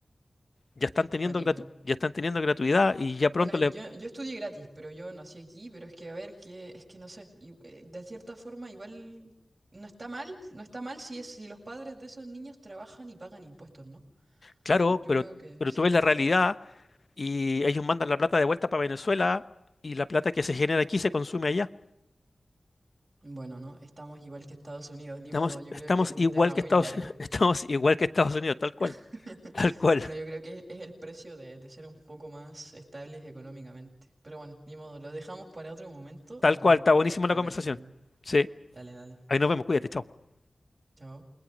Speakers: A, on the left; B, on the right.
A: ya están teniendo
B: Cuático.
A: gratu- ya están teniendo gratuidad y ya pronto
B: Bueno, yo,
A: le,
B: yo estudié gratis, pero yo nací aquí, pero es que, a ver, que, es que no sé, y, eh, de cierta forma igual no está mal, no está mal si es, si los padres de esos niños trabajan y pagan impuestos, ¿no?
A: claro,
B: Yo
A: pero,
B: creo que
A: pero
B: sí,
A: tú ves
B: ¿no?
A: la realidad y ellos mandan la plata de vuelta para Venezuela y la plata que se genera aquí se consume allá.
B: Bueno, no, estamos igual que Estados Unidos, ni
A: Estamos,
B: modo, yo
A: estamos
B: creo que es un
A: igual
B: tema
A: que
B: muy
A: Estados,
B: largo.
A: <laughs> estamos igual que Estados Unidos, tal cual,
B: <laughs>
A: tal cual,
B: Bueno, yo creo que es el precio de, de ser un poco más estables económicamente. Pero bueno, ni modo, lo dejamos para otro momento
A: tal
B: y
A: cual, está
B: porque
A: buenísima
B: es una
A: la conversación.
B: gran charla.
A: Sí,
B: Dale, dale.
A: ahí nos vemos, cuídate, chao.
B: Chao.